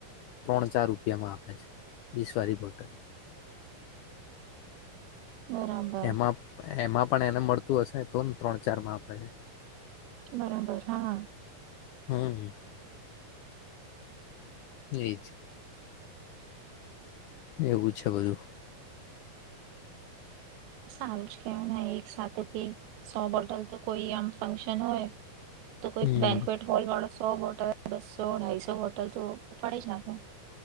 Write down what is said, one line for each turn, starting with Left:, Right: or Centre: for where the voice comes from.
Left: ત્રણ હાર રૂપિયામાં આપે છે વીસ વારી બોટલ
Right: બરાબર.
Left: એમાં એમાં પણ એને મળતું હશે તો ત્રણ ચાર માં આપે છે
Right: બરાબર હા.
Left: હમ્મ. એ એવું છે બધું.
Right: સારું જ કેવા એક સાથે તે સો બટન તો કોઈ આમ ફંક્શન હોય તો કોઈ
Left: હમ
Right: બેન્કવેટ હોલવાળો સો બોટલ બસો અઢાઈસો બોટલ તો ઉપાડી જ નાખે.